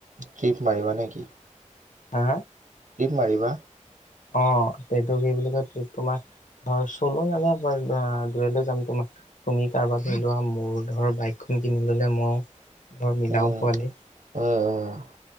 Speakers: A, on the right; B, on the left.
A: ট্ৰিপ মাৰিবা নে কি?
B: হা।
A: ট্টিপ মাৰিবা।
B: অ এইটো কি বুলি কয় ট্ৰিপ তোমাৰ হয়, চলো নাযাও বাৰ দুয়লে যাম তোমা। তুমি কাৰবাক লৈ লোৱা মূৰ ধৰ বাইকখন কিনি ললে ম ধৰ মিলাও
A: উম
B: পোৱালি।
A: উম উম